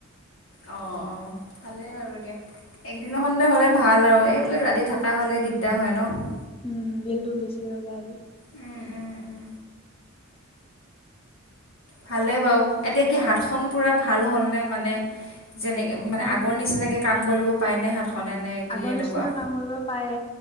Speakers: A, on the left (about 75°); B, on the left (about 25°).
A: অ, অ, ভালেই বাৰু দিয়া। একদিনাখনতে হ'লে ভাল আৰু। এইবিলাক ৰাতি থকা হ'লেই দিগদাৰ হয় ন।
B: উম, বিলটো বেছি হৈ যায় আৰু।
A: উম, উম, উম, ভালেই বাৰু এতিয়া কি
B: অ
A: হাতখন পোৰা ভাল হ'লনে মানে, যেনেকে
B: হাতখন
A: মানে আগৰ নিচিনাযে কাম কৰিব পায়নে হাতখনে নে? কি
B: আগৰ
A: এনেকুৱা
B: নিচিনা কাম কৰিব পাৰে।